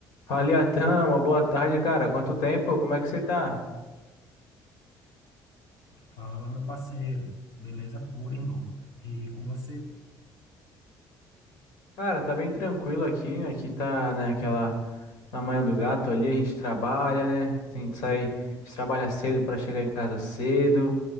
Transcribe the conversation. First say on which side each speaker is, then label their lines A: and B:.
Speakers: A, on the left; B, on the left.
A: Fala, Atan, uma boa tarde, cara. Quanto tempo? Como é que você tá?
B: Fala, meu parceiro. Beleza pura, irmão. E com você?
A: Cara, tá bem tranquilo aqui. Aqui tá, né, aquela na manhã do gato ali, a gente trabalha, né? Assim, A gente sai, a gente trabalha cedo pra chegar em casa cedo.